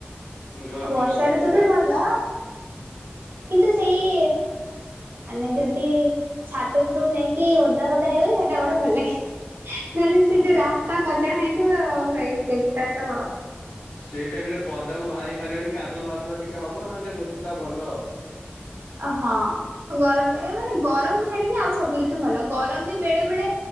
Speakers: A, on the left (about 60°); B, on the right (about 65°).
A: ଗ-
B: ବର୍ଷାରେ
A: ବର୍ଷା ଋତୁ
B: ତ ବି ଭଲ କିନ୍ତୁ ସେଇ ମାନେ ଯଦି ଛାତପୁରକୁ ଯାଇକି ଓଦା ହଦା ହେବେ ସେଟା ଗୋଟେ ଭଲ ଲାଗେିବ। ନହେଲେ
A: ହଁ
B: ସେ ଯୋଉ ରାସ୍ତା କଚଡା ହେଇଥିବ ଭାଇ ସେଟା ତ
A: ସେଇ ଟାଇମ ରେ ପଦାକୁ ବାହାରି ପାରିବନି କାଦୁଆ ମାଦୁଆ ଟିକେ ହବ ନହେଲେ ରୁତ ପଟା ଭଲ ଆଉ।
B: ଓ ହଁ ଗରମ ଲାଗେ ମାନେ ଗରମକୁ ଛାଡିକି ଆଉ ସବୁ ଭଲ ଗରମ ବି ବେଳେ ବେଳେ